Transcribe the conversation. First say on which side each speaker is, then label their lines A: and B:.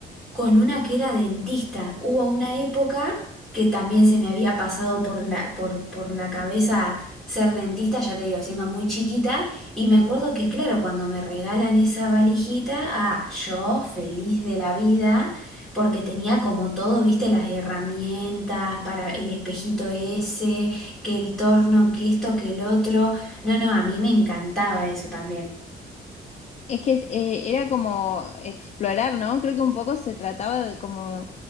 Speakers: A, in the centre; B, on the left.
A: con una que era dentista. Hubo una época que también se me había pasado por la, por, por la cabeza ser dentista, ya te digo, siendo muy chiquita, y me acuerdo que, claro, cuando me regalan esa valijita, ah, yo feliz de la vida, porque tenía como todo, viste, las herramientas para el espejito ese, que el torno, que esto, que el otro. No, no, a mí me encantaba eso también.
B: Es que eh, era como explorar, ¿no? Creo que un poco se trataba de como,